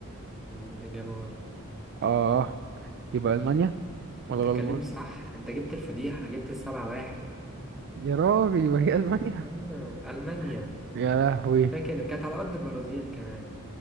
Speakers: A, in the centre; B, on the right (about 50°).
A: مم، إجابة غلط
B: اه يبقى المانيا ولا
A: انت اتكلمت
B: غلط برضه
A: صح انت جبت الفضيحة جبت السبعة واحد
B: يا راجل يبقى هي المانيا
A: آه. ألمانيا
B: <laughs> يا لهوي
A: فاكر كانت على أرض البرازيل كمان